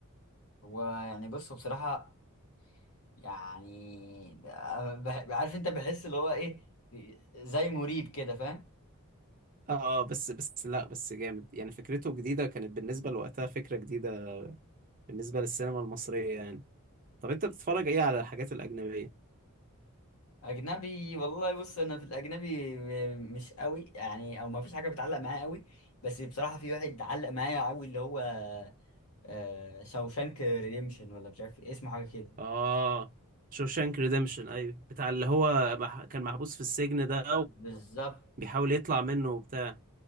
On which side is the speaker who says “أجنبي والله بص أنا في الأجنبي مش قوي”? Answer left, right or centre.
Left